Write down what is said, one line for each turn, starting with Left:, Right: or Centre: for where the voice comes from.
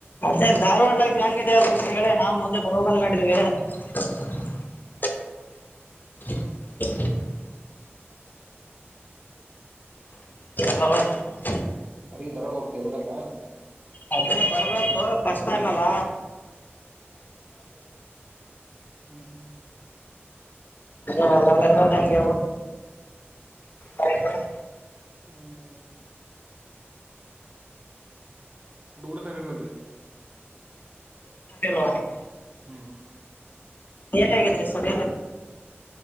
Left: ಅದೇ ಧಾರವಾಡ ಲೈಫ್ ಹೆಂಗಿದೆ ಅ ಹೇಳೆ ನಾವು ಮುಂದೆ ಬರ್ ಮಾಡಿದ್ವಿ <unintelligible> <inaudible> <inaudible> <inaudible>
Right: ಅಲ್ಲಿಗೆ ಧಾರವಾಡ ಹೋಗ್ತೀವಿ ಓದಕ್ಕ
Left: ಅದಲ್ಲ ಬರ್ಬೇಕು <unintelligible> ಬಸ್ ನ್ ಅಲ್ಲ
Right: ಹ್ಮ್ ಹ್ಮ
Left: ಹರ ಹೆಗೆ <inaudible>
Right: ಹ್ಮ್ ಹ್ಮ್ ಹುಡುಗ್ರು ಸರಿಇಲ್ಲಾ ಇಲ್ಲಿ
Left: ಅಲ್ವಾ <inaudible>
Right: ಹ್ಮ್ ಹ್ಮ್
Left: ಏನ್ ಹಗಿದ್ರಿ ಸರ್